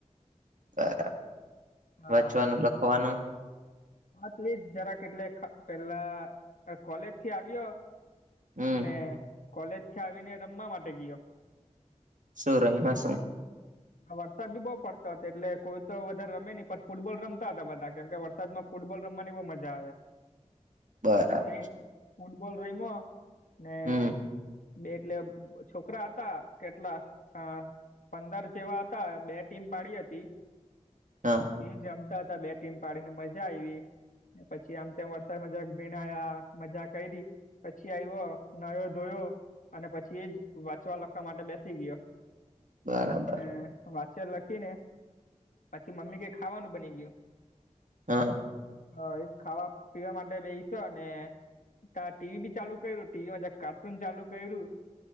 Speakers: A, on the right; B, on the left.
A: બરા
B: હા
A: વચવાનું લખવાનું
B: <unintelligible> જરાક એટલે પેલા કોલેજ થી આવ્યો
A: હમ્મ
B: ને કોલેજથી આવીને રમવા માટે ગીય
A: શું રયમાં શું?
B: આ વરસાદ બી બો પડતો હતો એટલે કોઈ તો વધારે રમે ની પણ ફૂટબોલ રમતા હતા બધા કેમ કે વરસાદમા ફૂટબોલ રમવાની બો મજા આવે
A: બરાબર.
B: <unintelligible> ફૂટબોલ રમમો ને
A: હમ્મ
B: બે એટલે છોકરા હતા કેટલા આ પંદર જેવા હતા બે ટીમ પાડી હતી
A: હા.
B: એ જમતા હતા બે ટીમ પાડીને મજા આયવી પછી આમ તેમ વરસાદમાં જરાક ભીનાયા મજા કયરી પછી આયવ નાયો ધોયો અને પછી એ જ વાંચવા લખવા માટે બેસી ગયો
A: બરાબર.
B: ને વાચર લખી ને પછી મમ્મી કેઈ ખાવાનું બની ગયું
A: હા.
B: હ એજ ખાવા પીવા માટે બેયશો ને તા ટીવી બી ચાલુ કર્યું ટીવીમાં જક કાર્ટૂન ચાલુ કર્યું